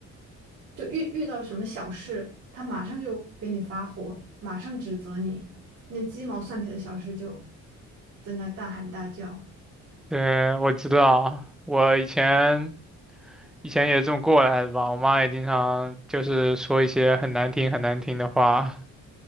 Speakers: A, on the right (about 50°); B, in the centre.
A: 就遇遇到什么小事，她马上就给你发火，马上指责你，那鸡毛蒜皮的小事就在那大喊大叫，
B: 对，我知道，我以前以前也这么过来的吧。我妈也经常就是说一些很难听很难听的话。